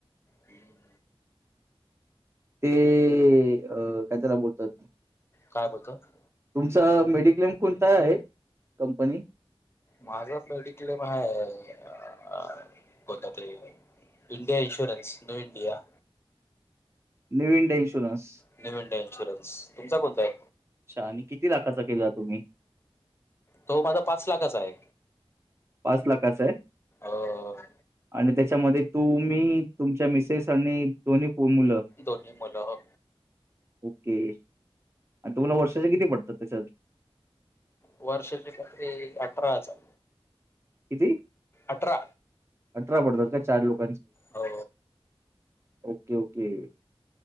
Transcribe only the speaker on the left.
हम्म
काय बोलतात?
माझा मेडिक्लेम आहे आं <unintelligible> India insurance, no India
new India insurance, तुमचा कोणता आहे?
तो माझा पाच लाखाचा आहे.
अ
दोन्ही मुलं हो
वर्षाचे फक्ते अठरा हजार.
अठरा
हो